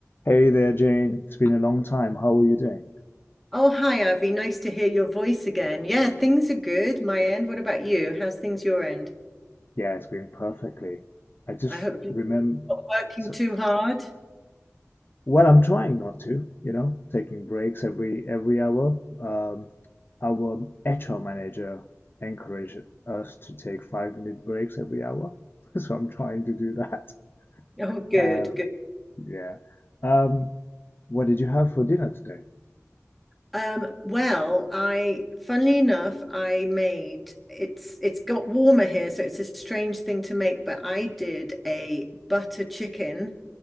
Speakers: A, on the left; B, in the centre.
A: Hey there, Jane. It's been a long time. How are you doing?
B: Oh, hi, Avi. Nice to hear your voice again. Yeah, things are good, my end. What about you? How's things your end?
A: Yeah, it's going perfectly. I just
B: I hope you're
A: remember,
B: not working
A: so,
B: too hard.
A: well, I'm trying not to, you know, taking breaks every every hour. Um, our HR manager encouraged us to take five minute breaks every hour, <laughs> so I'm trying to do that.
B: Oh, good,
A: Um,
B: good.
A: yeah. Um, what did you have for dinner today?
B: Um, well, I, funnily enough, I made it's it's got warmer here, so it's a strange thing to make, but I did a butter chicken